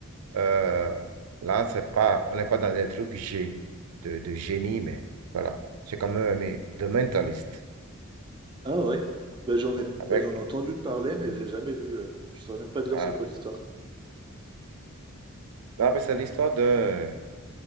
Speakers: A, on the right; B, on the right.
A: Euh, là, c'est pas, on n'est pas dans des trucs gé- de, de génie, mais voilà. J'ai quand même aimé The Mentalist.
B: Ah ouais, bah, j'en ai,
A: Avec,
B: bah, j'en ai entendu parler, mais j'ai jamais vu. euh, Je saurais même pas dire
A: ah,
B: c'est quoi l'histoire.
A: là, c'est l'histoire d'un